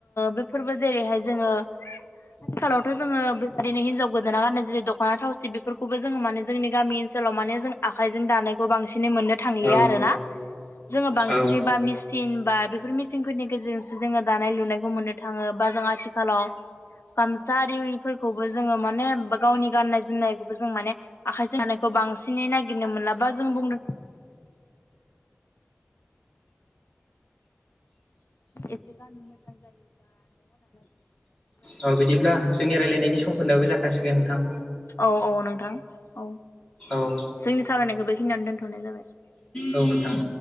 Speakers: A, on the left; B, on the left.
A: बे फोरबो जेरैहाय जोङो आथिखालावथ' जोङो बेबायदिनो हिनजाव गोदोना गाननाय जेरै दख'ना थावसि बेफोरखौबो जोङो माने जोंनि गामि ओनसोलाव माने जों आखाइजों दानायखौ बांसिनै मोननो थांलिया
B: औ
A: आरोना जोङो बांसिनै
B: औ
A: बा मिस सिन बा बेफोर मिसिंफोरनि गेजेरजोंसो जोङो दानाय लुनायखौ मोननो थाङो बा जों आथिखालाव गामसा आरिफोरखौबो जोङो माने गावनि गाननाय जोमनायखौबो जों माने आखाइजों हानायखौ बांसिनै नागिरनो मोनाबा जों बुंनो एसे गाननो मोजां जायोबा न'आवाल
B: औ बिदिब्ला जोंनि राय्लायनायनि समफोरनाबो जाखासिगोन नोंथां।
A: औ औ नोंथां औ
B: औ
A: जोंनि सावरायनायखौ बेखिनिनानै दोनथ'नाय जाबाय।
B: औ नोंथां।